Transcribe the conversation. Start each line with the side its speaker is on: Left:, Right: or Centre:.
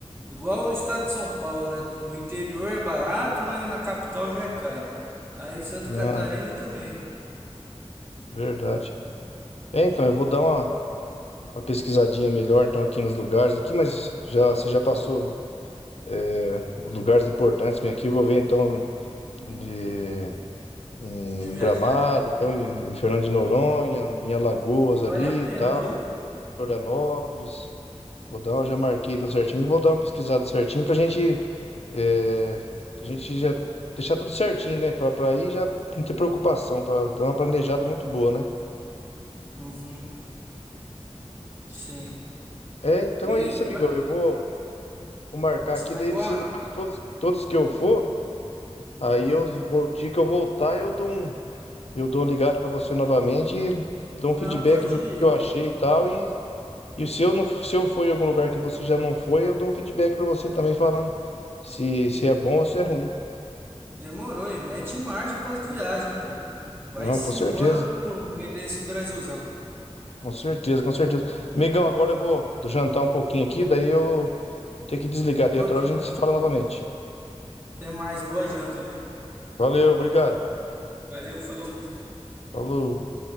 Right: igual o estado de São Paulo, né? No interior é barato, mas na capital já é caro. Aí em Santa
Left: não,
Right: Catarina também,
Left: verdade. É, então, eu vou dar uma, uma pesquisadinha melhor, então, aqui nos lugares aqui, mas já, você já passou é, lugares importantes bem aqui, vou ver, então,
Right: Uhum.
Left: de- em
Right: de viajar.
Left: Gramado, então, em, em Fernando de Noronha, em Alagoas
Right: E
Left: ali
Right: vale a pena,
Left: e tal,
Right: viu?
Left: Florianópolis, Vou dar, já marquei tudo certinho e vou dar uma pesquisada certinho pra gente, é, a gente já deixar tudo certinho, né? Pra, pra aí já não ter preocupação, pra dar uma planejada muito boa, né?
Right: Uhum, sim.
Left: É, então é
Right: E
Left: isso, amigão.
Right: vai-
Left: Eu vou, vou marcar
Right: você
Left: aqui,
Right: vai
Left: daí
Right: embora?
Left: nesses lugares todos, todos que eu for, aí
Right: Hum.
Left: eu vou, o dia que eu voltar, eu dou um, eu dou um ligado pra você novamente e dou um
Right: Não,
Left: feedback
Right: pode
Left: do
Right: ir.
Left: que, que eu achei e tal. E, e se eu não, se eu for em algum lugar que você já não foi, eu dou um feedback pra você também falando se, se é bom ou se é ruim.
Right: Demorou, e mete marcha para as viagens, pô. Vai-se
Left: Não, com certeza.
Right: embora pro meio desse Brasilzão.
Left: Com certeza, com certeza. Amigão, agora eu vou jantar um pouquinho aqui, daí eu vou ter que desligar. Daí
Right: Ok,
Left: outra hora
Right: então.
Left: a gente se fala novamente.
Right: Até mais. Boa janta, viu?
Left: Valeu, obrigado.
Right: Valeu, falou.
Left: Falou.